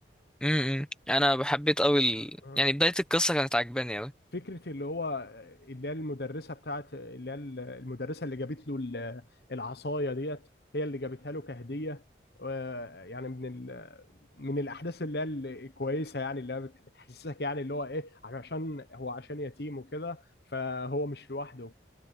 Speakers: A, in the centre; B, on the left.
A: امم انا بحبيت قوي ال...
B: اه
A: يعني بدايه القصه كانت عجباني قوي
B: فكره اللي هو آه، اللي هي المدرسه بتاعت اللي هي المدرسه اللي جابت له ال- العصايه ديت هي اللي جابتها له كهديه آه، يعني من ال- من الاحداث اللي هي الكويسه يعني اللي هي بت- بتحسسك يعني اللي هو ايه عشان هو عشان يتيم وكده فهو مش لوحده